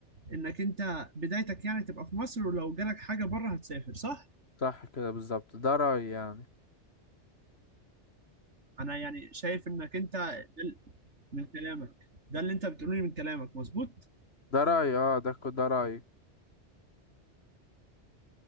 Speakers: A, on the right (about 75°); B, on the left (about 60°).
A: انك انت بدايتك يعني تبقى في مصر ولو جالك حاجه بره هتسافر صح
B: صح كده بالظبط ده رأيي يعني
A: انا يعني شايف انك انت ده من كلامك ده اللي انت بتقوله لي من كلامك مظبوط
B: ده رأيي اه ده ك- ده رأيي